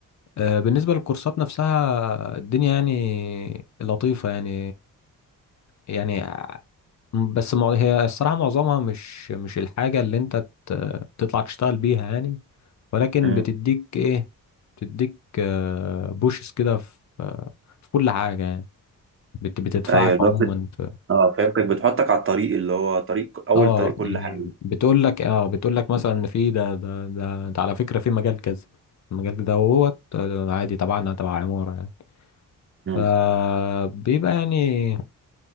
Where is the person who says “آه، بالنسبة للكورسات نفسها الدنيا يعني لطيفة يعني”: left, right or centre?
Left